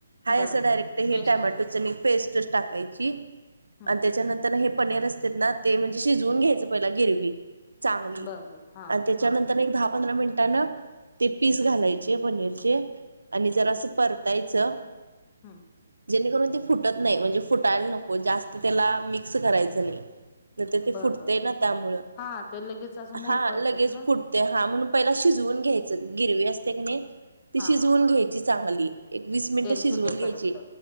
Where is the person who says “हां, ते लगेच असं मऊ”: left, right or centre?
Left